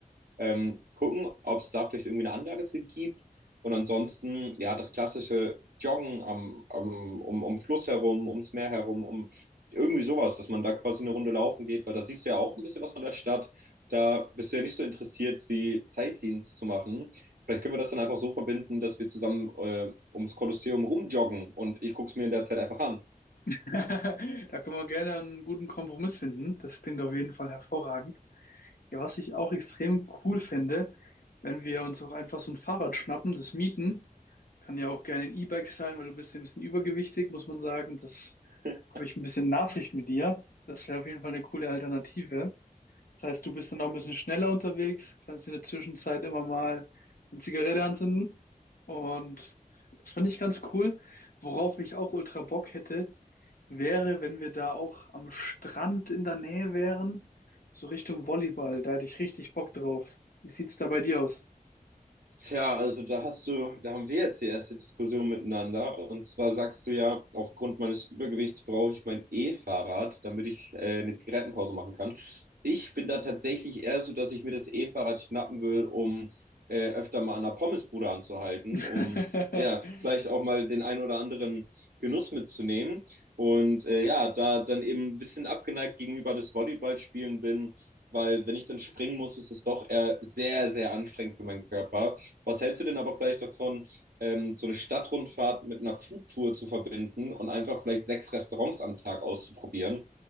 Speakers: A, on the right; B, on the left.
A: Ähm, gucken, ob es da vielleicht irgendwie eine Anlage für gibt. Und ansonsten, ja, das klassische Joggen am, am, um, um Fluss herum, ums Meer herum, um irgendwie sowas, dass man da quasi eine Runde laufen geht, weil da siehst du ja auch ein bisschen was von der Stadt. Da bist du ja nicht so interessiert, die Sightseeings zu machen. Vielleicht können wir das dann einfach so verbinden, dass wir zusammen äh, ums Kolosseum rumjoggen und ich gucke es mir in der Zeit einfach an.
B: <laughs> Da können wir gerne einen guten Kompromiss finden. Das klingt auf jeden Fall hervorragend. Ja, was ich auch extrem cool finde, wenn wir uns auch einfach so ein Fahrrad schnappen, das mieten. Kann ja auch gerne ein E-Bike sein, weil du bist ja ein bisschen übergewichtig, muss man sagen. Das
A: <laughs>
B: habe ich ein bisschen Nachsicht mit dir. Das wäre auf jeden Fall eine coole Alternative. Das heißt, du bist dann auch ein bisschen schneller unterwegs, kannst in der Zwischenzeit immer mal eine Zigarette anzünden. Und das fand ich ganz cool. Worauf ich auch ultra Bock hätte, wäre, wenn wir da auch am Strand in der Nähe wären, so Richtung Volleyball. Da hätte ich richtig Bock drauf. Wie sieht's da bei dir aus?
A: Tja, also da hast du, da haben wir jetzt die erste Diskussion miteinander. Und zwar sagst du ja, aufgrund meines Übergewichts brauche ich mein E-Fahrrad, damit ich äh, eine Zigarettenpause machen kann. Ich bin da tatsächlich eher so, dass ich mir das E-Fahrrad schnappen will, um äh, öfter mal an der Pommesbude anzuhalten,
B: <laughs>
A: um ja, vielleicht auch mal den einen oder anderen Genuss mitzunehmen. Und äh, ja, da dann eben ein bisschen abgeneigt gegenüber des Volleyballspielen bin, weil wenn ich dann springen muss, ist es doch eher sehr, sehr anstrengend für meinen Körper. Was hältst du denn aber vielleicht davon, ähm, so eine Stadtrundfahrt mit einer Foodtour zu verbinden und einfach vielleicht sechs Restaurants am Tag auszuprobieren?